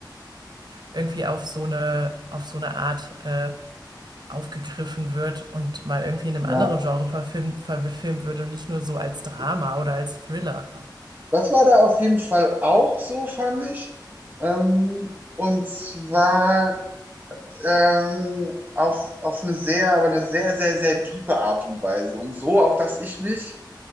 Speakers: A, on the right; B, on the right.
A: irgendwie auf so eine, auf so eine Art äh, aufgegriffen wird und mal irgendwie in einem
B: Ja.
A: anderen Genre verfilmt, verfilmt wird und nicht nur so als Drama oder als Thriller.
B: Das war da auf jeden Fall auch so, fand ich. Ähm, und zwar. ähm, auf, auf eine sehr, aber eine sehr, sehr, sehr diepe Art und Weise. Und so auch, dass ich mich